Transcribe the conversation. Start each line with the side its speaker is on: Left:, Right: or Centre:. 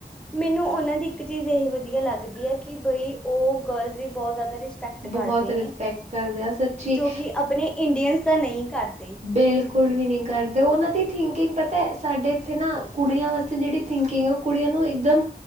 Centre: ਮੈਨੂੰ ਉਹਨਾਂ ਦੀ ਇੱਕ ਚੀਜ਼ ਇਹ ਵਧੀਆ ਲੱਗਦੀ ਐ। ਕਿ ਬਈ, ਉਹ ਗਰਲਜ਼ ਦੀ ਬਹੁਤ ਜ਼ਿਆਦਾ ਰਿਸ ਪੈਕਟ
Right: ਬਹੁਤ
Centre: ਕਰਦੇ
Right: ਰਿਸਪੈਕਟ
Centre: ਨੇ।
Right: ਕਰਦੇ ਆ ਸੱਚੀ
Centre: ਜੋ ਕਿ ਆਪਣੇ ਇੰਡੀਅਨਸ ਤਾਂ ਨਹੀਂ ਕਰਦੇ।
Right: ਬਿਲਕੁਲ ਵੀ ਨਹੀਂ ਕਰਦੇ। ਉਹਨਾਂ ਦੀ ਥਿੰਕਿੰਗ ਪਤਾ, ਸਾਡੇ ਇੱਥੇ ਨਾ ਕੁੜੀਆਂ ਵਾਸਤੇ ਜਿਹੜੀ ਥਿੰਕਿੰਗ, ਉਹ ਕੁੜੀਆਂ ਨੂੰ ਇੱਕਦਮ